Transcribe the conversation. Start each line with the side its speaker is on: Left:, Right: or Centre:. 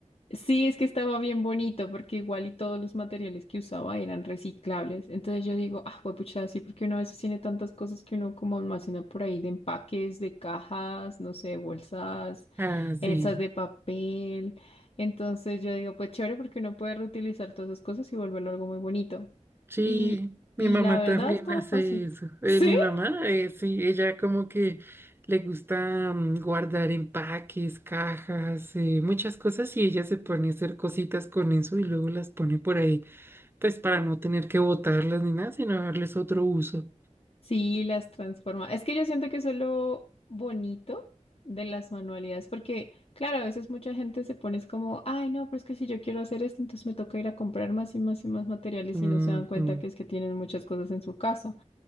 Left: Sí, es que estaba bien bonito porque igual y todos los materiales que usaba eran reciclables. Entonces yo digo, ah, pucha, sí, porque uno a veces tiene tantas cosas que uno como almacena por ahí de empaques, de cajas, no sé, bolsas,
Right: Ah,
Left: esas
Right: sí,
Left: de papel. Entonces yo digo, pues chévere porque uno puede reutilizar todas esas cosas y volverlo algo muy bonito.
Right: sí,
Left: Y, y
Right: mi mamá
Left: la verdad
Right: también
Left: estaba
Right: hace
Left: fácil.
Right: eso. Eh,
Left: <laughs>
Right: mi mamá, eh, sí, ella como que le gusta mm, guardar empaques, cajas, eh, muchas cosas y ella se pone a hacer cositas con eso y luego las pone por ahí Pues para no tener que botarlas ni nada, sino darles otro uso.
Left: Sí, las transforma. Es que yo siento que eso es lo bonito de las manualidades, porque claro, a veces mucha gente se pone es como, ay, no, pero es que si yo quiero hacer esto, entonces me toca ir a comprar más y más y más materiales
Right: Ujú,
Left: y no se dan cuenta que es que tienen muchas cosas en su casa